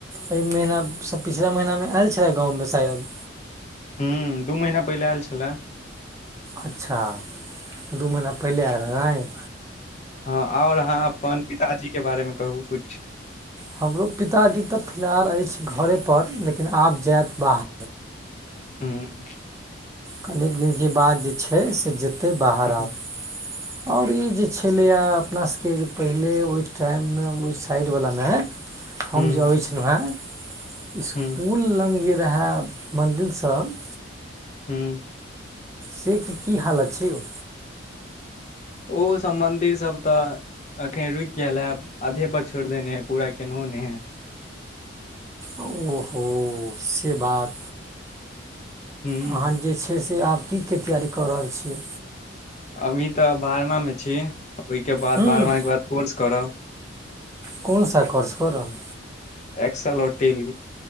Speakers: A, on the right; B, on the left.
A: एहि महीनासँ पिछला महीना मे आयल छलै गाँव मे शायद
B: हम्म दू महीना पहिले आयल छले
A: अच्छा दू महीना पहिले आयर रहेन
B: हँ आओर अहाँ अपन पिताजी के बारे मे कहू किछु
A: हमरो पिताजी त फिलहाल अछि घरे पर लेकिन आब जायत बाहर
B: हम्म
A: कनेक दिनके बाद जे छै, से जेतै बाहर
B: हूँ
A: आब। और ई जे छलैआ अपना सबके जे पहिले, ओई टाइम में ओई साइड वला मैंऽ हम
B: हूँ
A: जे अबै छलौं हैं, इसकुल
B: हूँ
A: लंग जे रहैऽ मन्दिल सब
B: हूँ।
A: सेक के की हालत छै यौ?
B: ओ सब मन्दिर सब तऽ अखैन रुइक गेल हैऽ, आधे पर छोड़ि देने हैऽ, पूरा केनहो नैय हैऽ।
A: ओऽहोऽ से बात?
B: ह
A: अहाँ जे छै से आब की के तैयारी कऽ रहल छियै?
B: अभी तऽ भारमां में छी, ओई के बाद
A: हूँ
B: बारहमां के बाद कोर्स करब।
A: कुन सा कोर्स करब?
B: एक्स एल और टेली।